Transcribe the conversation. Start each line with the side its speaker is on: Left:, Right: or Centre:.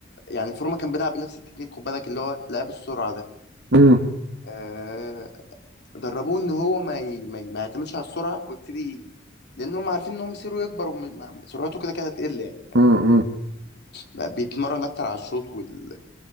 Left: يعني فورما كان بيلعب بنفس التكنيك خد بالك اللي هو لعب السرعة ده
Right: امم
Left: آه دربوه إن هو ما, ي... ما, ي... ما يعتمدش على السرعة ويبتدي لأن هم عارفين إن هم مصيره يكبر وسرعته كده كده هتقل يعني فاهم
Right: امم امم.
Left: بقى بيتمرن أكتر على الشوط وال...